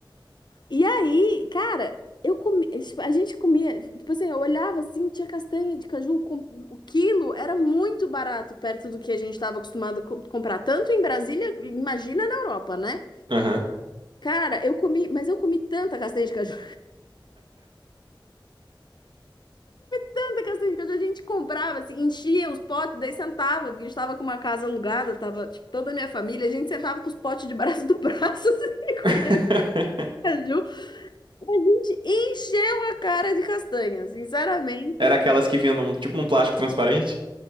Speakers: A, on the left (about 60°); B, on the right (about 65°).
A: E aí, cara, eu comi, tipo, a gente comia, tipo assim, eu olhava assim, tinha castanha de caju, com, o quilo era muito barato perto do que a gente estava acostumado a co- comprar, tanto em Brasília, imagina na Europa, né?
B: Aham.
A: Cara, eu comi, mas eu comi tanta castanha de caju. Tanta castanha de caju, a gente comprava, assim, enchia os potes, daí sentava, porque a gente tava com uma casa alugada, tava, tipo, toda a minha família, a gente sentava com os potes de braço do braço, <laughs> assim,
B: <laughs>
A: comendo caju. A gente encheu a cara de castanha, sinceramente.
B: Era aquelas que vinham num, tipo num plástico transparente?